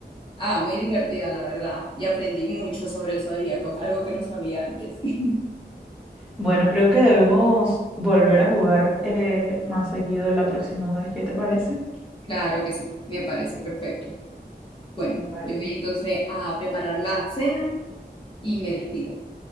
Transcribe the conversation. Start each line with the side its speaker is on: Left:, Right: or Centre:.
Left: Ah, muy divertida, la verdad. Y aprendí mucho sobre el zodíaco, algo que no sabía antes. <laughs>
Centre: Bueno, creo que debemos volver a jugar eh, más seguido la próxima vez. ¿Qué te parece?
Left: Claro que sí, me parece perfecto. Bueno,
Centre: Vale.
Left: yo voy entonces a preparar la cena y me despido.